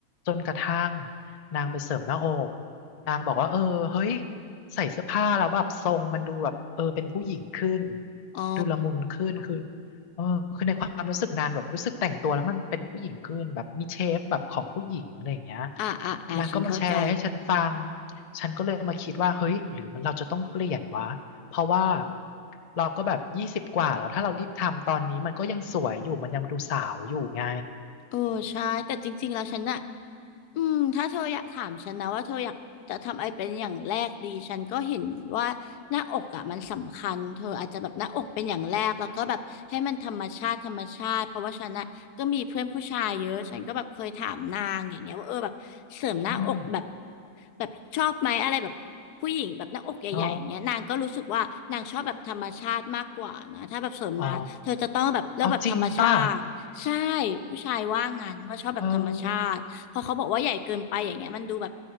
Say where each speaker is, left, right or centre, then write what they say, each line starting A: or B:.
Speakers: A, on the left; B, on the left.
A: จนกระทั่งนางไปเสริมหน้าอกนางบอกว่าเออเฮ้ยใส่เสื้อผ้าแล้วแบบทรงมันดูแบบเออเป็นผู้หญิงขึ้น
B: อ๋อ
A: ดูละมุนขึ้นคือเออคือในความรู้สึกนางแบบรู้สึกแต่งตัวแล้วมันเป็นผู้หญิงขึ้นแบบมีเชฟแบบของผู้หญิงอะไรอย่างเงี้ย
B: อ่าอ่าอ่าฉันเข้าใจ
A: นางก็มาแชร์ให้ฉันฟัง ฉันก็เลยมาคิดว่าเฮ้ยหรือมันเราจะต้องเปลี่ยนวะเพราะว่าเราก็แบบยี่สิบกว่าแล้วถ้าเรารีบทำตอนนี้มันก็ยังสวยอยู่มันยังดูสาวอยู่ไง
B: เออใช่แต่จริงๆแล้วฉันน่ะ อืมถ้าเธออยากถามฉันนะว่าเธออยากจะทำอะไรเป็นอย่างแรกดีฉันก็เห็นว่าหน้าอกอ่ะมันสำคัญเธออาจจะแบบหน้าอกเป็นอย่างแรกแล้วก็แบบให้มันธรรมชาติธรรมชาติเพราะว่าฉันอ่ะก็มีเพื่อนผู้ชายเยอะฉันก็แบบเคยถามนางอย่างเงี้ยว่าเออแบบเสริมหน้าอกแบบ
A: อืม
B: แบบชอบไหมอะไรแบบผู้หญิงแบบหน้าอกใหญ่ๆอย่างเงี้ยนางก็รู้สึกว่านางชอบแบบธรรมชาติมากกว่านะถ้าแบบเสริมมาเธอจะต้องแบบเลือกแบบธรรมชาติใช่
A: อ๋ออ๋อเอาจริงป่ะ
B: ผู้ชายว่างั้นว่าชอบแบบธรรมชาติ
A: เออ
B: พอเขาบอกว่าใหญ่เกินไปอย่างเงี้ยมันดูแบบ